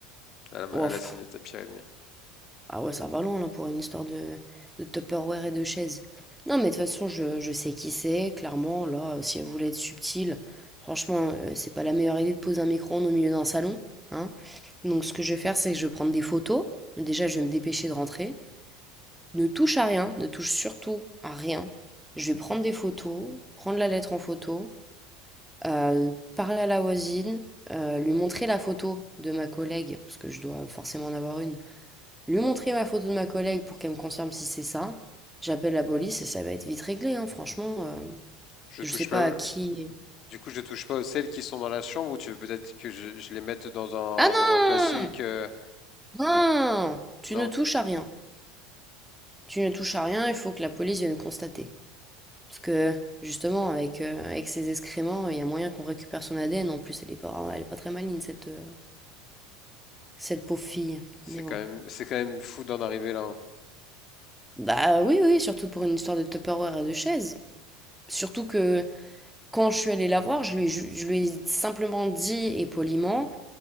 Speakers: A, on the left (about 45°); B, in the centre.
A: Elle,
B: Oh,
A: a- elle
B: pff,
A: a signé Tapir et demi.
B: Ah ouais, ça va loin là pour une histoire de, de Tupperware et de chaise. Non, mais de toute façon, je, je sais qui c'est, clairement. Là, euh, si elle voulait être subtile, franchement, euh, c'est pas la meilleure idée de poser un micro-ondes au milieu d'un salon. Hein. Donc, ce que je vais faire, c'est que je vais prendre des photos. Déjà, je vais me dépêcher de rentrer. Ne touche à rien, ne touche surtout à rien. Je vais prendre des photos, prendre la lettre en photo, euh, parler à la voisine, euh, lui montrer la photo de ma collègue, parce que je dois forcément en avoir une lui montrer ma photo de ma collègue pour qu'elle me confirme si c'est ça. J'appelle la police et ça va être vite réglé, hein, franchement. euh,
A: Je
B: je
A: touche
B: sais pas
A: pas.
B: à qui.
A: Du coup, je touche pas aux celles qui sont dans la chambre ou tu veux peut-être que je, je les mette dans un,
B: Ah non!
A: dans un plastique. euh,
B: Non! Tu
A: Non,
B: ne touches à rien. Tu ne touches à rien, il faut que la police vienne constater. Parce que, justement, avec, euh, avec ses excréments, il y a moyen qu'on récupère son ADN. En plus, elle est pas, elle est pas très maligne, cette, euh, cette pauvre fille.
A: c'est
B: Mais bon.
A: quand même, c'est quand même fou d'en arriver là. hein.
B: Bah oui, oui, surtout pour une histoire de Tupperware et de chaise. Surtout que quand je suis allée la voir, je lui, ai je lui ai simplement dit et poliment.